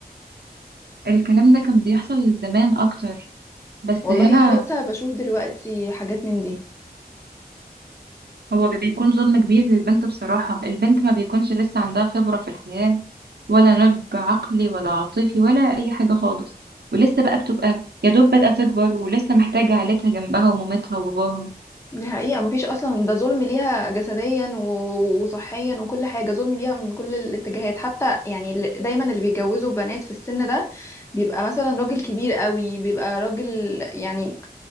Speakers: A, on the right (about 75°); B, on the left (about 15°).
A: الكلام ده كان بيحصل زمان اكتر بس
B: والله
A: هنا
B: لسه بشوف دلوقتي حاجات من دي
A: هو بيكون ظلم كبير للبنت بصراحة البنت ما بيكونش لسه عندها خبرة في الحياة ولا نضج عقلي ولا عاطفي ولا أي حاجة خالص ولسه بقى بتبقى يا دوب بدأت تكبر ولسه محتاجة عيلتها جنبها ومامتها وباباها
B: دي حقيقة مفيش أصلا ده ظلم ليها جسديا و- وصحيا وكل حاجة ظلم ليها من كل الاتجاهات حتى يعني ال- دايما اللي بيتجوزوا بنات في السن ده بيبقى مثلا راجل كبير قوي بيبقى راجل يعني